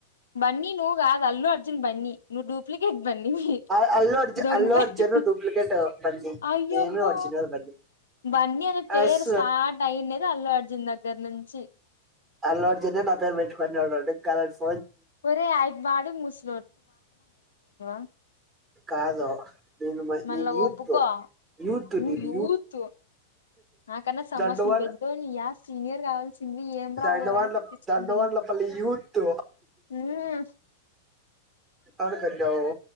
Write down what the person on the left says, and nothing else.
బన్నీ నువ్ గాద్ అల్లు అర్జున్ బన్నీ నువ్ డూప్లికేట్ బన్నీవి
దొంగ
బన్నీ
అయ్యబ్బా
బన్నీ అనే పేరు
స్టార్ట్ అయిండేది అల్లు అర్జున్ దగ్గర నుంచి
ఒరే అయ్ బాడు ముస్ <unintelligible>
మళ్ళా
ఒప్పుకో
ను
యూత్ నాకన్నా సమస్తం
పెద్దోళ సీనియర్ కావాల్సింది ఏం రావురా
అని గుప్పించుకుంటున్నా
హ